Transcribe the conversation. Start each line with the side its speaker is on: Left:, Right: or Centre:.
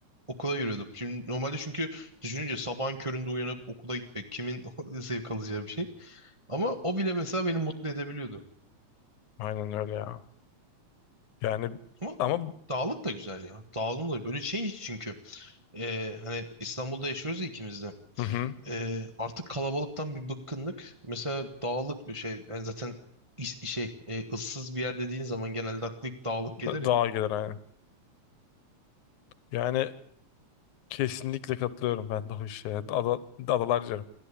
Right: Okula yürüyordum. Şimdi normalde çünkü düşününce sabahın köründe uyanıp okula gitmek kimin <laughs> zevk alacağı bir şey. Ama o bile mesela beni mutlu edebiliyordu.
Left: Aynen öyle ya. Yani
Right: Ama
Left: ama
Right: dağlık da güzel ya. Dağlık da böyle şey çünkü. Ee, hani İstanbul'da yaşıyoruz ya ikimiz de.
Left: hı hı.
Right: Ee, artık kalabalıktan bir bıkkınlık. Mesela dağlık bir şey. Yani zaten iş- şey e, ıssız bir yer dediğin zaman genelde aklı ilk dağlık gelir
Left: Daha
Right: ya.
Left: gelir aynen. Yani kesinlikle katılıyorum ben de o işe. Ada, adalar